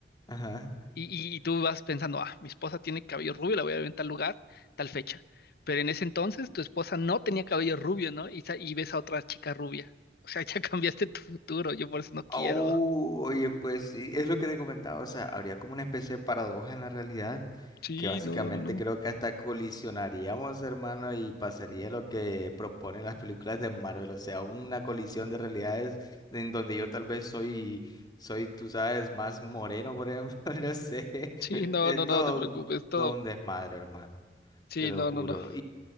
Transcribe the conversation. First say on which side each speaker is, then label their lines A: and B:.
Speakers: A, on the left; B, on the left.
A: Ajá.
B: Y, y- y tú vas pensando, ah, mi esposa tiene cabello rubio, la voy a ver en tal lugar, tal fecha. Pero en ese entonces tu esposa no tenía cabello rubio, ¿no? Y, sa- y ves a otra chica rubia. O sea, <laughs> ya cambiaste tu futuro, yo por eso no quiero.
A: Oh, oye, pues sí, es lo que le comentaba, o sea, habría como una especie de paradoja en la realidad,
B: Sí,
A: que básicamente
B: no, no, no.
A: creo que hasta colisionaríamos, hermano, y pasaría lo que proponen las películas de Marvel, o sea, una colisión de realidades en donde yo tal vez soy, soy, tú sabes, más moreno, por ejemplo, <laughs> no sé,
B: Sí,
A: <laughs>
B: no,
A: es
B: no,
A: todo
B: no te preocupes,
A: un,
B: todo.
A: todo un desmadre, hermano,
B: Sí,
A: te lo
B: no,
A: juro.
B: no, no.